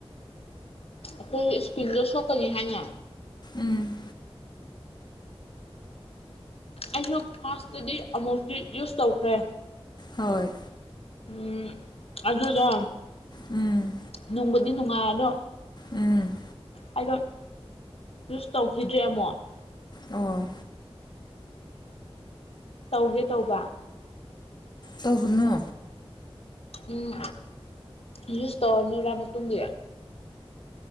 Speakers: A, on the left; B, on the left.
A: ꯑꯩꯈꯣꯏ ꯏꯁꯄꯤꯜꯗꯣ ꯁꯣꯛꯀꯅꯤ ꯍꯥꯏꯅ
B: ꯎꯝ
A: ꯑꯩꯁꯨꯛ ꯐꯥꯔꯥꯁꯇꯗꯤ ꯑꯃꯨꯛꯇꯤ ꯌꯨꯁ ꯇꯧꯈ꯭ꯔꯦ
B: ꯍꯣꯏ
A: ꯎꯝ ꯑꯗꯨꯗꯣ
B: ꯎꯝ
A: ꯅꯨꯡꯕꯨꯗꯤ ꯅꯨꯡꯉꯥꯏ ꯑꯗꯣ
B: ꯎꯝ
A: ꯑꯩꯗꯣ ꯌꯨꯁ ꯇꯧꯈꯤꯗ꯭ꯔꯦ ꯑꯃꯨꯣꯛ
B: ꯑꯣ
A: ꯇꯧꯒꯦ ꯇꯧꯕ
B: ꯇꯧꯒꯅꯣ
A: ꯎꯝ ꯌꯨꯁ ꯇꯧꯔꯅꯨꯔꯥ ꯃꯇꯨꯡꯗ